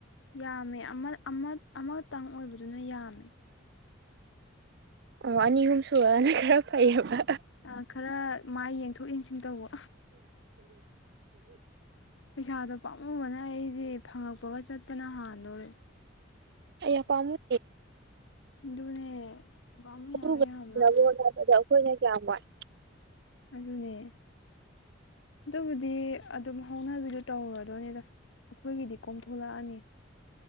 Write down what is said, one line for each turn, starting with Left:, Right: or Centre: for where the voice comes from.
Left: ꯌꯥꯝꯃꯦ ꯑꯃ ꯑꯃ ꯑꯃꯇꯪ ꯑꯣꯏꯕꯗꯨꯅ ꯌꯥꯝꯃꯦ
Right: ꯑꯣ ꯑꯅꯤ ꯑꯍꯨꯝ ꯁꯨꯔꯅ ꯈꯔ ꯐꯩꯌꯦꯕ
Left: ꯑ ꯈꯔ ꯃꯥꯏ ꯌꯦꯡꯊꯣꯛ ꯌꯦꯟꯁꯤꯟ ꯇꯧꯕ ꯄꯩꯁꯥꯗꯣ ꯄꯥꯝꯃꯨꯒꯅ ꯑꯩꯗꯤ ꯐꯪꯉꯛꯄꯒ ꯆꯠꯄꯅ ꯍꯥꯟꯗꯣꯔꯦ
Right: ꯑ ꯄꯝꯦ
Left: ꯑꯗꯨꯅꯦ ꯄꯥꯝꯃꯨꯏ ꯍꯥꯏꯕ
Right: ꯣꯗ
Left: ꯌꯥꯝꯅ
Right: ꯑꯩꯈꯣꯏꯅ ꯀꯌꯥꯝ ꯋꯥꯏ
Left: ꯑꯗꯨꯅꯦ ꯑꯗꯨꯕꯨꯗꯤ ꯑꯗꯨꯝ ꯍꯧꯅꯕꯤꯗꯨ ꯇꯧꯔꯗꯣꯏꯅꯦꯗ ꯑꯩꯈꯣꯏꯒꯤꯗꯤ ꯀꯣꯝꯊꯣꯂꯛꯑꯅꯤ